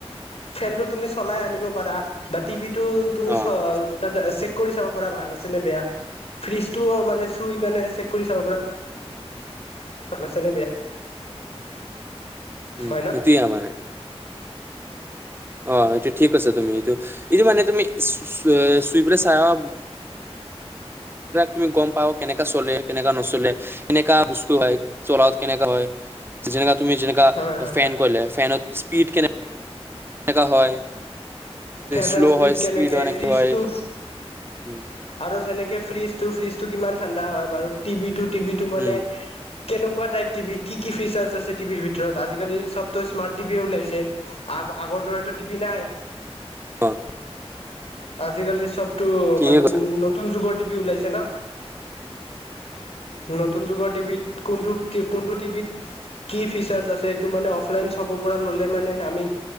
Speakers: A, on the left; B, on the right.
A: ফেন চলাই আনিব পাৰা বাটিভিটো। তুমি
B: অ'
A: চেক। চেক কৰি চাব পাৰ ভাল আছে নে বেয়া। ফ্ৰিজটোও মানে চুই কাৰে চেক কৰি চাব পাৰ। ভালছেনে বেয়া।
B: উম
A: হয় ন
B: এতিয়া মানে। অ এইটোয়া ঠিক কৈইছা। তুমি এইটো এইটো মানে তুমি চুই পৰে চাই অ। তুমি গম পাও কেনেককাে চলে। কেনেকুৱা নচলে কেনেকা বস্তু হয়। চলত কেনেকা হয় যেনেকা তুমি যেনেকা
A: হয় হয়
B: ফেন
A: হয়
B: কলে ফেনত স্পীড কেনে। কেনেকা হয়।
A: ফেনৰ
B: শ্ল'
A: স্পীড
B: হয়
A: কেনেকে
B: হয় নে
A: ফ্ৰিজটো
B: কি হয় উম,
A: আৰু যেনেকে। ফ্ৰিজটো ফ্ৰিজ টো কিমান ঠাণ্ডা হয় বু টিভি। টো টিভি টো মানে
B: উম,
A: কেনেকুৱা টাইপ টিভি। কি কি ফিচাৰছ আছে টিভিৰ ভিতৰত আজিকালি চবত স্মাৰ্ট টিভিয়ে ওলাইছে আগ আগৰ দৰেতো টিভি নাই
B: অ',
A: আজিকালি চব টো
B: ঠিকে
A: মানে
B: কৈছা
A: নতুন যুগত ওলাইছে ন নতুন যুগৰ টিভিত কোনটো কোনটো টিভিত কি ফিচাৰছ আছে সটো মানে অফলাইন চাব পৰা ল'লে মানে আমি